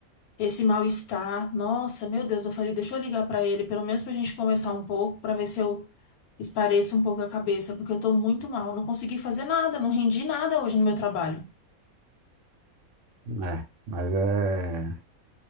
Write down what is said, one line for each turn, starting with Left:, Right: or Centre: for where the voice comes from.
Left: esse mal-estar. Nossa, meu Deus, eu falei, deixa eu ligar pra ele, pelo menos pra gente conversar um pouco, pra ver se eu espareço um pouco a cabeça, porque eu tô muito mal. Não consegui fazer nada, não rendi nada hoje no meu trabalho.
Right: É, mas é,